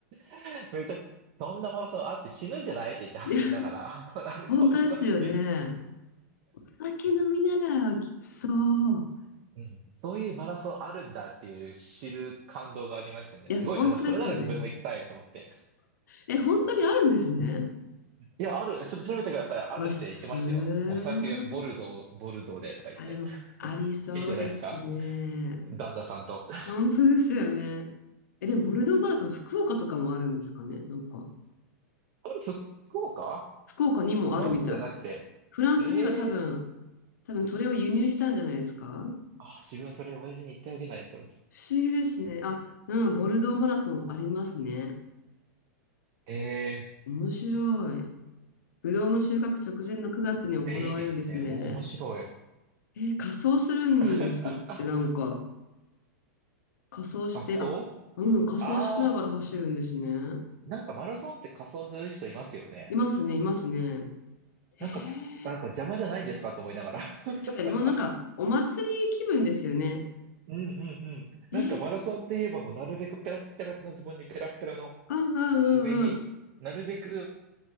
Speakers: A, on the right; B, on the left.
A: <laughs> めっちゃ、そんなマラソンあって死ぬんじゃないって言って走りながら、
B: い。
A: <laughs> アルコール飲んで。
B: 本当ですよね。お酒飲みながらはきつそう。
A: うん、そういうマラソンあるんだっていう知る感動がありましたね。
B: いや、
A: すごい楽しい。
B: 本当ですよね。
A: それなら自分も行きたいと思って。
B: え、本当にあるんですね。
A: いや、ある。ちょっと調べてください。あるって言ってましたよ。
B: うわ、すごい。
A: お酒、ボルドー、ボルドーでとか言って。
B: あ、でも、ありそうですね。
A: いいんじゃないですか旦那さんと。あ
B: 本当ですよね。え、でも、ボルドーマラソン、福岡とかもあるんですかね。なんか、
A: れ、福岡
B: 福岡にもあるみたい。
A: フランスじゃなくて。
B: フランスには多分、
A: ええー
B: 多分それを輸入したんじゃないですか。
A: あ、自分はそれ親父に言ってあげないと。<laughs>
B: 不思議ですね。あ、うん、ボルドーマラソンありますね。
A: ええー
B: 面白い。ぶどうの収穫直前の9月に行われるんですね。
A: いやいいですね。お、面白い。
B: えー仮装するんですって、
A: <laughs>
B: なんか、仮装して、
A: 仮
B: あ、うん、仮装しながら走るんですね。
A: 装ああー、なんかマラソンって仮装する人いますよね。
B: いますね、いますね。えー、
A: なんかつ、なんか邪魔じゃないんですかと思いながら。<laughs>
B: 確かに、もうなんか、お祭り気分ですよね。
A: うんうんうん。
B: えー、
A: なんかマラソンって言えばもうなるべくペラッペラのズボンにペラッペラの
B: うんうんうんうん。
A: 上になるべく